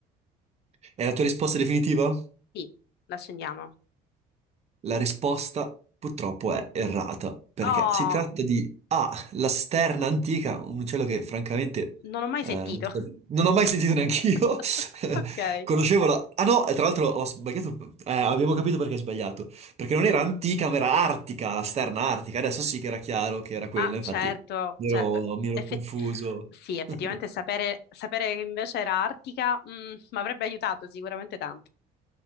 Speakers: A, on the right (about 35°); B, on the left (about 65°).
A: È la tua risposta definitiva?
B: Sì, l'accendiamo.
A: La risposta purtroppo è errata, perché
B: Oh,
A: si tratta di A, la sterna antica, un uccello che francamente
B: non ho mai
A: eh,
B: sentito.
A: non so- non ho mai sentito neanch'io.
B: <laughs>
A: <laughs>
B: Ok.
A: Conoscevo la... Ah no, e tra l'altro ho sbagliato, eh, abbiamo capito perché hai sbagliato, perché non era antica, ma era artica, la sterna artica. Adesso sì che era chiaro che era quella,
B: Ah,
A: infatti
B: certo,
A: mi
B: cioè,
A: ero
B: beh,
A: mi ero
B: effett-
A: confuso.
B: sì, effettivamente
A: <laughs>
B: sapere, sapere che invece era Artica, mm, mi avrebbe aiutato sicuramente tanto.